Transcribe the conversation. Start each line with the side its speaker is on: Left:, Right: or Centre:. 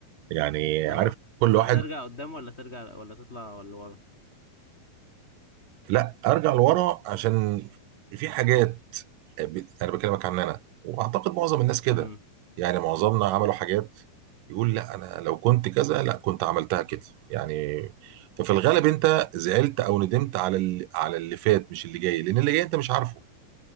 Right: يعني
Left: اه
Right: عارف كل
Left: فهترجع
Right: واحد
Left: قدام ولا ترجع ولا تطلع ولا ورا
Right: لا ارجع لورا عشان في حاجات ب- انا بكلمك عن انا واعتقد معظم الناس كده
Left: امم
Right: يعني معظمنا عملوا حاجات يقول لا انا لو كنت كذا لا كنت عملتها كده يعني ففي الغالب انت زعلت او ندمت على اللي على اللي فات مش اللي جاي لان اللي جاي انت مش عارفه